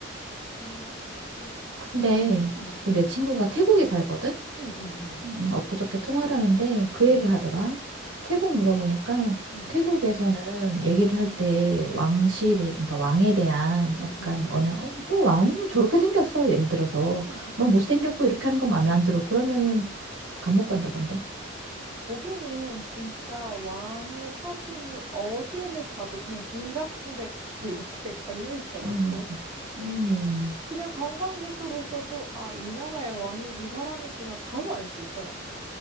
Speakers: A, on the right; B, on the right.
A: 아, 영화.
B: 근데
A: 응,
B: 그 내 친구가 태국에 살거든?
A: 응, 응, 응,
B: 음, 엊그저께 통화를 하는데 그
A: 응,
B: 얘기 하더라. 태국 물어보니까
A: 응,
B: 태국에서는
A: 응,
B: 얘기를 할 때
A: 응,
B: 왕실이, 그러니까 왕에 대한
A: 응,
B: 약간 언행, 어, 뭐 왕이면 저렇게 생겼어. 예를 들어서.
A: 응,
B: 뭐
A: 응.
B: 못생겼고 이렇게 하는 건 마음에 안 들어. 그러면은 감옥 간다던데.
A: 거기는 진짜 왕의 사진이 어디를 가도 그냥 길 같은 데 가도 이렇게 <laughs> 걸려 있더라고.
B: 음, 음.
A: 그냥 관광객으로서도 아, 이 나라의 왕이 이 사람이구나 바로 알 수 있더라고.